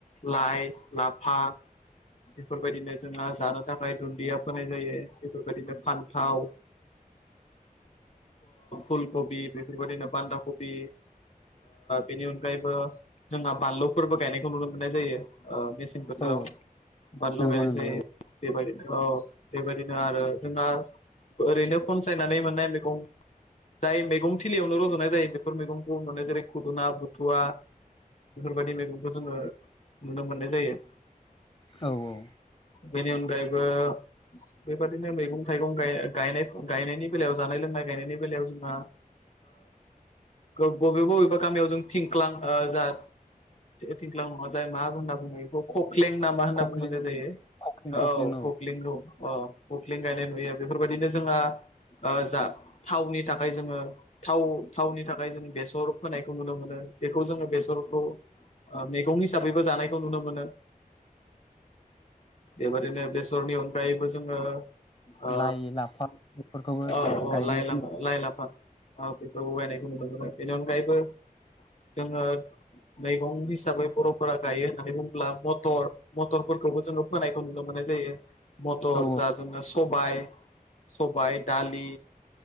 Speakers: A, on the left; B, on the left.
A: लाइ लाफा बेफोरबायदिनो जोंहा जानो थाखाय दुन्दिया फोनाय जायो बेफोरबायदिनो फान्थाव फुलकबि बेफोरबायदिनो बान्दा कबि बेनि अनगायैबो जोंहा बानलुफोरबो गायनायखौ नुनो मोननाय जायो मेसें बोथोराव
B: औ
A: बानलु
B: नंगौ
A: गायनाय
B: नंगौ
A: जायो बेबायदिनो औ बेबायदिनो आरो जोंना ओरैनो खनसायनानै मोननाय बेखौ जाय मैगं थिलियावनो रज'नाय जायो बेफोर मैगंखौ नुनाय जेरै खुदुना बुथुवा बेफोरबायदि मैगंखौ जोङो नुनो मोननाय जायो
B: औ औ
A: बेनि अनगायैबो बेबायदिनो मैगं थाइगं गाय गायनायनि बेलायाव जानाय लोंनाय गायनायनि बेलायाव जोंहा बबेबा बबेबा गामियाव जों थिंख्लां जाह थिंख्लां नङा जाय मा होनना बुङो बेखौ कक्लें नामा होनना
B: खख्लिं
A: बुंहोनाय जायो
B: खख्लिं
A: औ
B: खख्लिं
A: खख्लिंखौ अ खख्लिं गायनाय नुयो बेफोरबायदिनो जोंहा जा थावनि थाखाय जोङो थाव थावनि थाखाय जों बेसर फायखौ नुनो मोनो बेखौ जोङो बेसरखौ मैगं हिसाबैबो जानायखौ नुनो मोनो बेबायदिनो बेसरनि अनगायैबो जोङो अ
B: लाइ लाफा बेफोरखौबो
A: औ
B: ओ गायनायखौ
A: लाइ लाफा लाइ लाफा औ बेफोरखौ गायनायखौ नुनो मोनो बेनि अनगायैबो जोङो मैगं हिसाबै बर'फोरा गायो होननानै बुङोब्ला मथर मटरफोरखौबो जोङो फोनायखौ नुनो मोननाय जायो मटर
B: औ
A: जा जोङो सब बाय सबाइ दालि